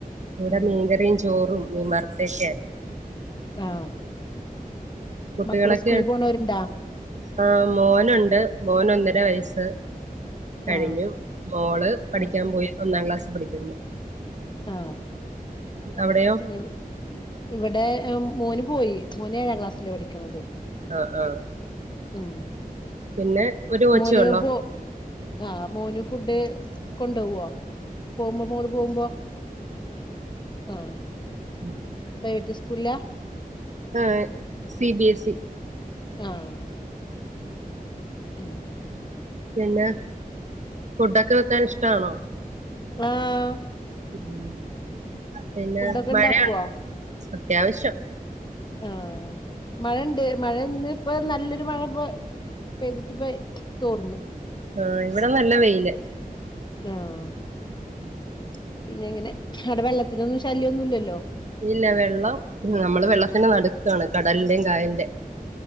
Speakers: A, on the right; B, on the left.
A: ഇവിടെ
B: ഉം
A: മീൻകറിയും ചോറും മീ മറത്തൊക്കെ ആരുന്നു
B: ആ
A: കുട്ടികളൊക്കെ
B: മക്കള് സ്കൂളിൽ പോണോരുണ്ടാ
A: ആഹ് മോനുണ്ട് മോന ഒന്നര വയസ്സ് കഴിഞ്ഞു
B: ആഹ്
A: മോള് പഠിക്കാൻ
B: ആഹ്
A: പോയി ഒന്നാം ക്ലാസ്സ് പഠിക്കുന്നു
B: ആ
A: അവിടെയോ
B: പിന്നെ ഇവിടെ മോന് പോയി മോന് ഏഴാം ക്ലാസ്സില്ലേ പഠിക്കണത്
A: ആ ആ
B: ഉം
A: പിന്നെ ഒരു കൊച്ചേ
B: മോന്
A: ഉള്ളോ
B: പോ ആഹ് മോന് ഫുഡ് കൊണ്ടോവോ? പോവുമ്പോ മോള് പോവുമ്പോ ആഹ്
A: ഉം
B: പ്രൈവറ്റ് സ്കൂളിലാ?
A: ആഹ് സി ബി എസ് ഇ
B: ആഹ്
A: <inaudible>
B: ഉം
A: പിന്നെ ഫുഡൊക്കെ വെക്കാൻ ഇഷ്‌ടമാണോ?
B: ആഹ്
A: ഉം പിന്നെ
B: ഫുഡൊക്കെ
A: മഴ
B: ഇണ്ടാക്കുവോ
A: അത്യാവശ്യം
B: ആഹ് മഴണ്ട് മഴ ഇന്ന് ഇപ്പൊ നല്ലൊരു മഴ ഇപ്പ പെയ്തിട്ട് ഇപ്പൊ തോർന്ന്.
A: ആഹ് ഇവിടെ നല്ല വെയില്.
B: ആഹ്
A: <inaudible>
B: പിന്നെ എങ്ങനെ അവിടെ വെള്ളത്തിനൊന്നും ശല്യന്നുംല്ലല്ലോ?
A: ഇല്ല വെള്ളം നമ്മള് വെള്ളത്തിന് നടുക്കാണ്, കടലിന്റെയും കായലിൻ്റെം.